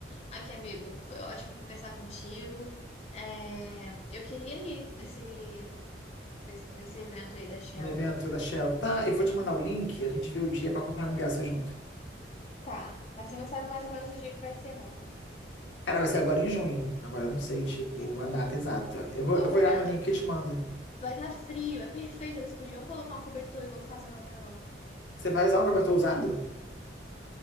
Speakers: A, on the left; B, on the left.
A: Aqui, amigo, foi ótimo conversar contigo. É, eu queria ir nesse, nesse, nesse evento aí da Shell.
B: No evento da Shell. Tá, eu
A: Aham.
B: vou te mandar o link, a gente vê o dia pra comprar um ingresso junto.
A: Tá, mas você não sabe mais ou menos o dia que vai ser, não, né?
B: Cara, vai ser agora em junho. Agora eu não sei, tipo,
A: Junho.
B: a data exata. Eu vou,
A: Pô,
B: eu
A: tá
B: vou
A: vendo?
B: olhar no link e te mando.
A: Vai estar frio, é perfeito. Eles podiam colocar um cobertor igual fazem lá na Europa.
B: Você vai usar um cobertor usado?